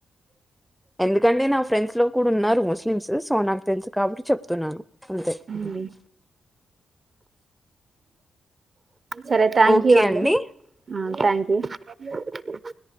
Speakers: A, in the centre; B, on the right (about 45°).
A: ఎందుకంటే నా ఫ్రెండ్స్ లో కూడా ఉన్నారు ముస్లిమ్స్ సో నాకు తెలుసు కాబట్టి చెప్తున్నాను అంతే
B: హ్మ్ సరే థ్యాంక్
A: ఓకే
B: యూ
A: అండి
B: అండిథంక్ యూ అ